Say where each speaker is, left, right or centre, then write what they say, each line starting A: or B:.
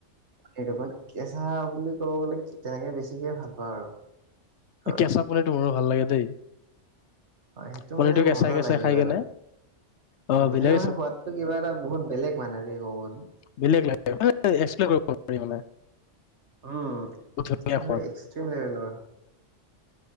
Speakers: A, on the right (about 70°); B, on the left (about 70°).
A: <unintelligible> কেঁচা বুলি ক'ব গ'লে তেনেকে বেছিকে ভাল পাওঁ আৰু। ধৰ
B: কেঁচা পনীৰটো মোৰো ভাল লাগে দেই।
A: হয়, সেইটো
B: পনীৰটো
A: মানে
B: কেঁচাই
A: মজা
B: কেঁচাই
A: লাগে কিবা
B: খাই কেনে
A: এটা।
B: অ
A: আৰু
B: বেলেগ
A: সেইটো মানে সোৱাদটো কিবা এটা বহুত বেলেগ মানে দেই ক'ব গলে।
B: বেলেগ লাগে <unintelligible> কৰিব পাৰি মানে।
A: উম,
B: বহুত ধুনীয়া
A: এটো ধৰ
B: সোৱাদ
A: এক্সট্ৰিম লেভেলৰ।